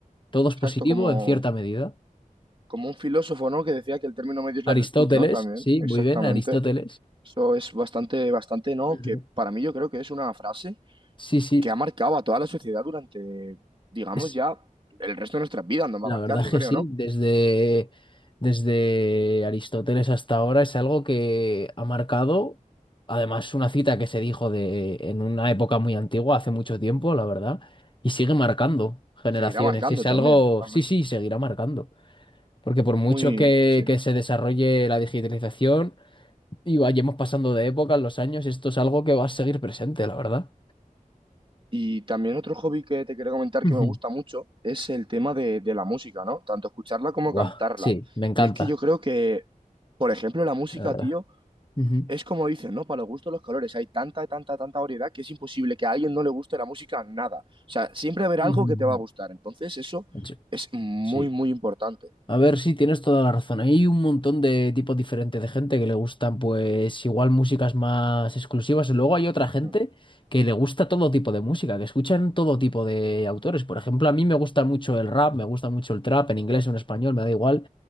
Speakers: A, on the left; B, on the right.
A: Todo es
B: exacto,
A: positivo
B: como,
A: en cierta medida.
B: como un filósofo, ¿no? Que decía que el término medio es
A: Aristóteles,
B: la virtud, ¿no? También,
A: sí,
B: exactamente.
A: muy bien, Aristóteles.
B: Eso es bastante, bastante, ¿no?
A: Ujú.
B: Que para mí yo creo que es una frase
A: Sí, sí,
B: que ha marcado a toda la sociedad durante, digamos,
A: es
B: ya el resto de nuestras vidas nos
A: la
B: va a marcar,
A: verdad
B: yo
A: es que
B: creo,
A: sí,
B: ¿no?
A: desde, desde Aristóteles hasta ahora es algo que ha marcado, además una cita que se dijo de en una época muy antigua, hace mucho tiempo, la verdad, y sigue marcando generaciones,
B: Y seguirá marcando
A: y es algo,
B: también, totalmente,
A: sí, sí,
B: sí,
A: seguirá
B: sí.
A: marcando, porque por mucho
B: Muy,
A: que,
B: sí.
A: que se desarrolle la digitalización y vayamos pasando de época en los años, esto es algo que va a seguir presente, la verdad.
B: Y también otro hobby que te quería comentar
A: <laughs>
B: que me gusta mucho es el tema de, de la música, ¿no? Tanto escucharla como
A: guau
B: cantarla.
A: sí, me encanta,
B: Y es que yo creo que, por ejemplo, la música,
A: la verdad.
B: tío,
A: Ujú,
B: es como dicen, ¿no? Para los gustos los colores. Hay tanta, tanta, tanta variedad que es imposible que a alguien no le guste la música nada. O sea, siempre habrá
A: ujú,
B: algo que
A: ujú.
B: te va a gustar. Entonces, eso
A: Sí.
B: es muy,
A: sí.
B: muy importante.
A: A ver, sí, tienes toda la razón. Hay un montón de tipos diferentes de gente que le gustan, pues, igual músicas más exclusivas. Luego hay otra gente
B: Mm.
A: que le gusta todo tipo de música, que escuchan todo tipo de autores. Por ejemplo, a mí me gusta mucho el rap, me gusta mucho el trap, en inglés o en español, me da igual.